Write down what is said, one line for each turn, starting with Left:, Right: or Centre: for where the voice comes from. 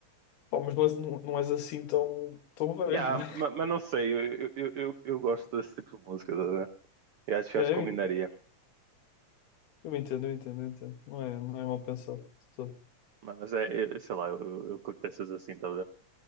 Left: pá, mas não és, não, não és assim tão, tão velho,
Right: Yeah,
Left: né? <laughs>
Right: mas, mas não sei, eu, eu, eu, eu gosto desse tipo de música, estás a ver? Eu acho,
Left: É,
Right: eu acho que
Left: eu,
Right: combinaria.
Left: en- eu entendo, eu entendo, eu entendo. Não é, não é mal pensado. Só-
Right: Mas, mas é, eu- sei lá, eu, eu curto essas assim, estás a ver?